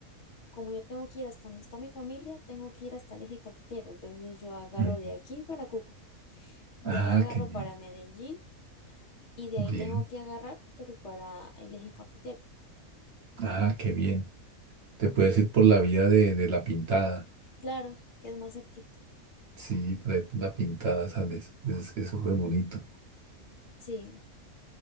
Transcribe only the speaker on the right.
Ujú.
Ah,
qué bien.
Bien.
Ah, qué bien. Te puedes ir por la vía de, de la pintada.
Sí, por ahí por la pintada sales. Es, es súper bonito.